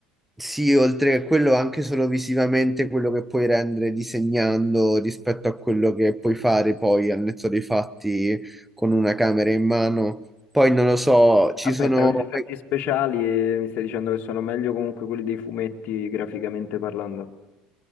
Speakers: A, in the centre; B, on the left.
A: Sì, oltre a quello anche solo visivamente quello che puoi rendere disegnando rispetto a quello che puoi fare poi al netto dei fatti con una camera in mano. Poi non lo so, ci
B: Aspetta,
A: sono
B: con gli effetti speciali eh, mi stai dicendo che sono meglio comunque quelli dei fumetti graficamente parlando?